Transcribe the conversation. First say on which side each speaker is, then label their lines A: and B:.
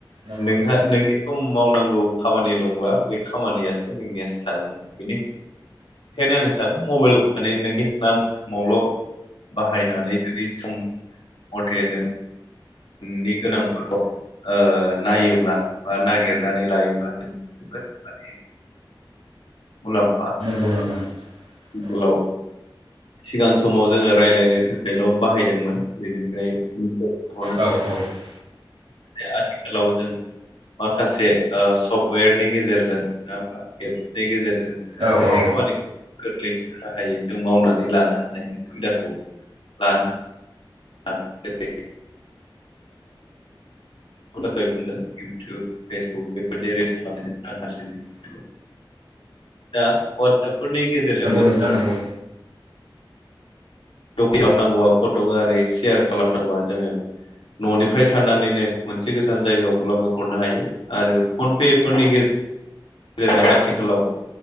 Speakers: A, on the right; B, on the left.
A: नंगौ
B: नोंहा
A: नोंथां
B: नोंनि सम मावनांगौ खामानि दंब्ला बे खामानियासो नोंनियासो थालांगोन बेनिखायनो बेंखायनो आं सानो मबाइलखौ नोंनि नांगौ समावल' बाहायनानै जुदि सम मथे नों नि गोनांफोरखौ ओ नायोब्ला बा नागिरनानै लायोब्ला जोबोद माने मुलाम्फा
A: नंगौ नोंथां। औ
B: गोलाव सिगां समाव जोङो रायज्लायनो थाखायल' बाहायदोंमोन बेनिफ्रायनो
A: औ औ
B: बे आथिखालाव जों माखासे सफ्टवेरनि गेजेरजों नङाबा एपनि गेजेरजों गासै
A: औ औ
B: खामानिखौ गोरलै राहायै जों मावनानै लानो हानायनि सुबिदाखौ लानो आरो बेबादि बुंदों इउटुब फेसबुक बेफोरदि रिस्स खालामनाय जादों आं आरोखि
A: ?
B: दा ववाट्सपफोरनि गेजेरजोंबो
A: नोंथां
B: जोङो
A: नंगौ
B: मा दाना खालामनांगौबा फट' गफोरखौ सेयार खालामनांगौबा जोङो न'निफ्राय थानानैनो मोनसे गोजान जायगायावब्लाबो हरनो हायो। आरो फनपे फोरनि गेजेराव गेजेरजों आथिखालाव